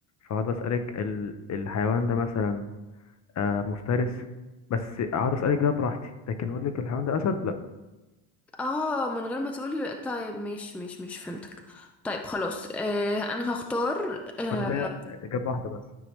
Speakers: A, on the left (about 35°); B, in the centre.
A: فهقعد أسألك ال... الحيوان ده مثلا آه مفترس بس اقعد اسالك ده براحتي لكن اقول لك الحيوان ده اسد لا
B: اه من غير ما تقول طيب مش مش مش فهمتك طيب خلاص آه أنا هختار آه
A: وانا ليا اجابه واحده بس